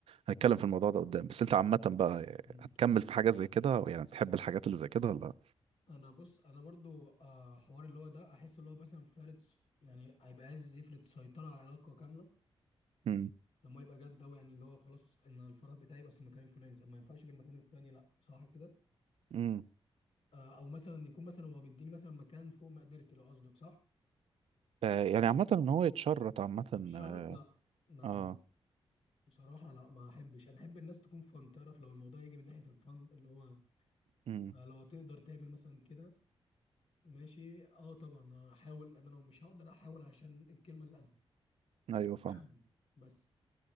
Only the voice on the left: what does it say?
مم.
انا بص انا برضو آه، حوار اللي هو ده احس اللي هو مثلا فارض يعني هيبقى عايز يفرض سيطره على العلاقه كامله
لما يبقى جد ده يعني اللي هو خلاص ان الفرح بتاعي يبقى في المكان الفلاني طب ما ينفعش بالمكان الفلاني لا صح كده
آه، او مثلا يكون مثلا هو مديني مثلا مكان فوق مقدرتي لو قصدك صح
يتشرط
لا لا
ما بصراحة لا ما احبش انا احب الناس تكون فن تعرف لو الموضوع يجي من ناحية الفن اللي هو
آه، لو هتقدر تعمل مثلا كده ماشي اه طبعا هحاول انا لو مش هقدر احاول عشان الكلمة اللي انا
<clears throat> بس